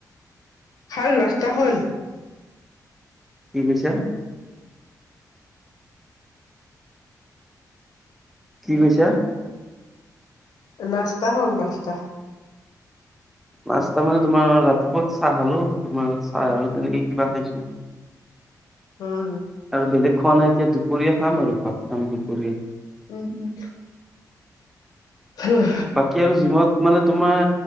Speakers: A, on the left; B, in the centre.
A: ভাল ৰাস্তা হ'ল
B: কি কৈছা কি কৈছা
A: নাস্তা হ'ল নাস্তা
B: নাস্তা মানে তোমাৰ ৰাতিপুৱা চাহ খালো তোমাৰ চাহ আৰু তেনেকে কিবা খাইছো।
A: উম।
B: আৰু বেলেগ খোৱা নাই এতিয়া দুপৰীয়া খাম আৰু ভাত খাম দুপৰীয়া।
A: উম উম আহ
B: বাকী আৰু জিমত মানে তোমাৰ